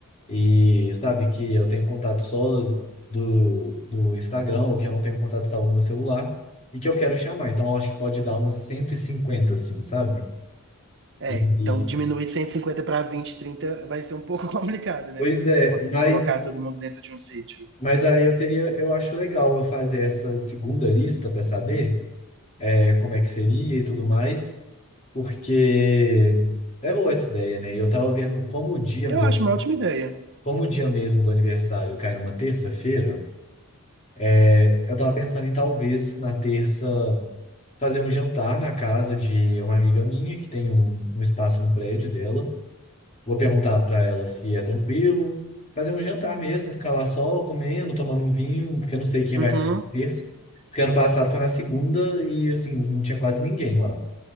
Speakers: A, on the left (about 30°); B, on the right (about 55°).
A: E sabe que eu tenho contato só do, do Instagram, ou que eu não tenho contato salvo no meu celular, e que eu quero chamar. Então, eu acho que pode dar umas 150 assim, sabe?
B: É,
A: E,
B: então
A: e-
B: diminuir 150 para 20, 30 vai ser um pouco <laughs> complicado, né?
A: pois
B: Pra você
A: é,
B: conseguir
A: mas,
B: colocar todo mundo dentro de um sítio.
A: mas aí eu teria, eu acho legal eu fazer essa segunda lista para saber. é, como é que seria e tudo mais, porque é boa essa ideia, né? E eu tava vendo como o dia
B: Eu
A: mesmo,
B: acho uma ótima ideia.
A: como o dia mesmo do aniversário cai numa terça-feira, é, eu tava pensando em talvez na terça fazer um jantar na casa de uma amiga minha que tem um, um espaço no prédio dela. Vou perguntar para ela se é tranquilo. Fazer um jantar mesmo, ficar lá só comendo, tomando um vinho, porque eu não sei quem
B: Uhum.
A: vai na terça. Porque ano passado foi na segunda e, assim, não tinha quase ninguém lá.